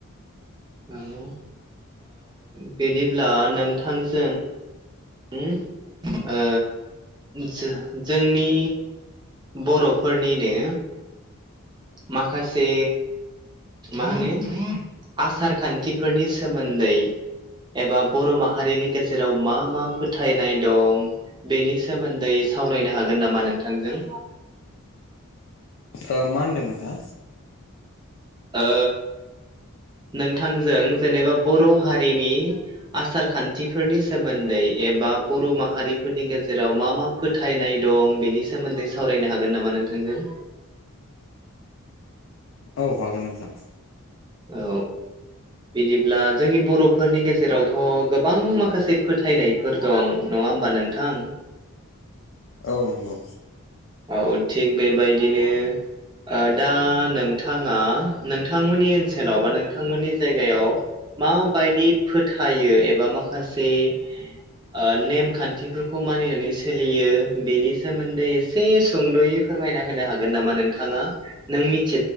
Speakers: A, on the right; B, on the left.
A: <unintelligible> ओ बिदिब्ला नोंथांजों उम ओ जो जोंनि बर'फोरनिनो माखासे मा होनो आसार खान्थिफोरनि सोमोन्दै एबा बर' माहारिनि गेजेराव मा मा फोथायनाय दं बेनि सोमोन्दै सावरायनो हागोन नामा नोंथांजों?
B: ओ मा होनदों नोंथांङा?
A: ओ नोंथांजों जेनेबा बर' हारिनि आसार खान्थिफोरनि सोमोन्दै एबा बर' माहारिफोरनि गेजेराव मा मा फोथायनाय दं बेनि सोमोन्दै सावरायनो हागोन नामा नोंथांजों?
B: औ हागोन नोंथां।
A: औ। बिदिब्ला जोंनि बर'फोरनि गेजेरावथ' गोबां माखासे फोथायनाय फोर दं नङा होमबा नोंथां?
B: औ नंगौ।
A: औ थिग बेबायदिनो ओ दा नोंथाङा नोंथांमोननि ओनसोलाव बा नोंथांमोननि जायगायाव माबायदि फोथायो एबा माखासे ओ नेमखान्थिफोरखौ मानिनानै सोलियो बेनि सोमोन्दै एसे सुंद'यै फोरमायना होनो हागोन नामा नोंथाङा? नों मि